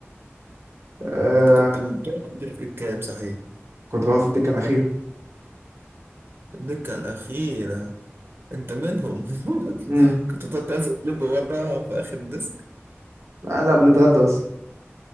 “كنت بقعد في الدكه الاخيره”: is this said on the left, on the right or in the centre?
Right